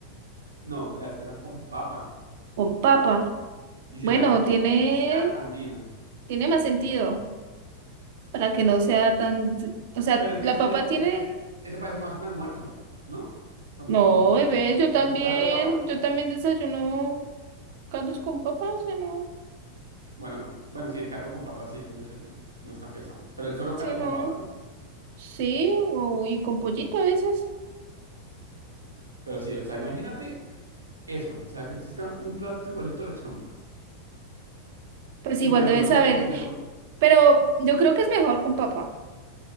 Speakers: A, on the right; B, on the right.
A: No, la espesan con papa
B: con papa.
A: y se
B: Bueno,
A: llama
B: tiene,
A: pizca andina.
B: tiene más sentido para que no sea tan, d- o sea,
A: Pero es
B: la
A: que es un
B: papa
A: de-
B: tiene,
A: es- es- eso parece más un almuerzo, ¿no? Cuando
B: no,
A: tú le
B: bebé,
A: echas papa
B: yo
A: o
B: también,
A: como un caldo de papa.
B: yo también desayuno caldos con papa, o sea, no,
A: Bueno, bueno, sí, el caldo con papa sí es un desayuno, no es tan pesado, pero el solo
B: sí,
A: caldo
B: no,
A: con papa, ¿no?
B: sí, o, y con pollito a veces,
A: Pero sí, o sea, imagínate Eso, o sea, que exista un plato igualito a la changua.
B: pues
A: Y
B: igual
A: que a nosotros
B: debes saber,
A: nos critiquen por...
B: pero yo creo que es mejor con papa,